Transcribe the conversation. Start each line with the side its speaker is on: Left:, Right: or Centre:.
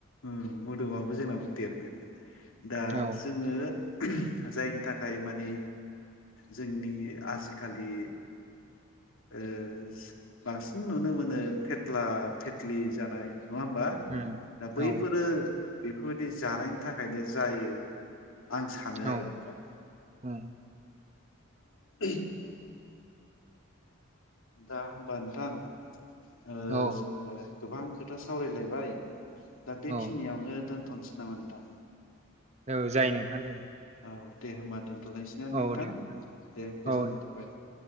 Left: औ मोदोमाबो जोंनाबो देरगोन दा
Right: औ
Left: जोङो जायनि थाखाय माने जोंनि आजिखालि ओ बांसिन नुनो मोनो फेथ्ला फेथलि जानाककधय नङा होमबा
Right: उम
Left: दा बैफोरो
Right: औ
Left: बेफोरबायदि जानाय नि थाखायनो जायो आं सानो
Right: औ
Left: आरो नोंथां
Right: उम
Left: <inaudible> दा होमबा नोंथां ओ
Right: औ
Left: जोङो गोबां खोथा सावरायलायबाय दा बेखिनियावनो
Right: औ
Left: दोनथनोसै नाम नोंथां
Right: ओ जायो नोंथां जायो
Left: औ दे होनबा दोनथलायसैना नोंथां
Right: औ दे
Left: दे गोजोननाय
Right: औ दे
Left: थाबाय